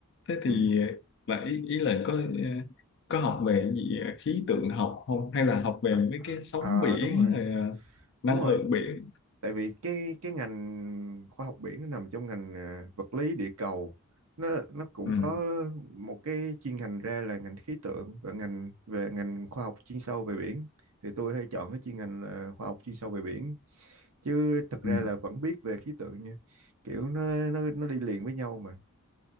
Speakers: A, on the left; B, on the right.
A: thế thì
B: Ừ.
A: là ý, ý là có ờ, có học về cái gì ờ, khí tượng học không hay là học
B: À,
A: về mấy
B: à,
A: cái sóng
B: à,
A: biển
B: đúng rồi
A: rồi ờ, năng
B: đúng rồi
A: lượng biển
B: tại vì cái cái ngành khoa học biển nó nằm trong ngành à, vật lý địa cầu nó nó cũng
A: ừ
B: có một cái chuyên ngành ra là ngành khí tượng và ngành về ngành khoa học chuyên sâu về biển thì tôi hay chọn cái chuyên ngành là khoa học chuyên sâu về biển chứ thực ra
A: ừ
B: là vẫn biết về khí tượng nha kiểu nó nó nó đi liền với nhau mà